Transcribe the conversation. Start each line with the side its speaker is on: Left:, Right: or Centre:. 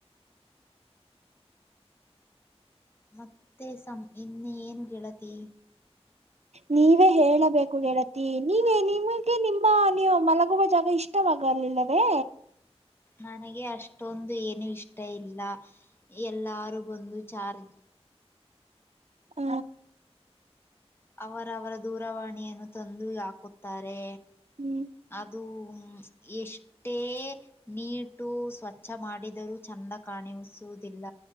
Left: ಮತ್ತೆ ಸಮ ಇನ್ನ ಏನು ಗೆಳತಿ.
Right: ನೀವೇ ಹೇಳಬೇಕು ಗೆಳತಿ ನೀವೇ ನಿಮಗೆ ನಿಮ್ಮ ನೀವು ಮಲಗುವ ಜಾಗ ಇಷ್ಟ ಇಷ್ಟವಾಗಲಿಲ್ಲವೇ.
Left: ನನಗೆ ಅಷ್ಟೊಂದು ಏನು ಇಷ್ಟ ಇಲ್ಲ ಎಲ್ಲಾರು ಒಂದು ಚಾರ್
Right: ಹ
Left: ಅವರ ಅವರ ದೂರವಾಣಿಯನ್ನು ತಂದು ಹಾಕುತ್ತಾರೆ.
Right: ಹ್ಮ್
Left: ಅದು ಎಷ್ಟೇ.. ನೀಟು ಸ್ವಚ್ಛ ಮಾಡಿದರೂ ಚಂದ ಕಾಣಿಸುವುದಿಲ್ಲ.